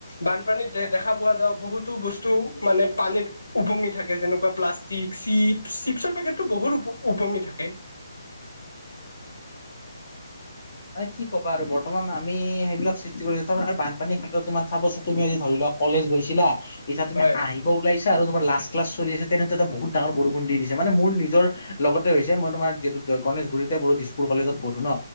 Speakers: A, on the left (about 70°); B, on the left (about 45°).
A: বানপানীত দে দেখা পোৱা যা বহুতো বস্তু মানে পানীৰ উপঙি থাকে যেনেকুৱা প্লাষ্টিক চিপছ চিপছৰ পেকেটটো বহুত উপঙি থাকে
B: মানে কি ক'ব আৰু বৰ্তমান আমি সেইবিলাক সৃষ্টি কৰিো আৰু বানপানীৰ ক্ষেত্ৰতোম চাবচোন তুমি আজি ধৰি লওক কলেজ গৈছিলা এতিয়া তুমি
A: হয়
B: আহি লাইছে আৰু তুমাৰ লাষ্ট ক্লাচ চলি আছে তেনেতে এটা বহুত ডাঙৰ বৰষুণ দি দিছে মানে মোৰ নিজৰ লগতে হৈছে মই তোমাৰ যিহেত গণেশগুৰিতে <unintelligible> দিছপুৰ কলেজত পঢ়ো ন'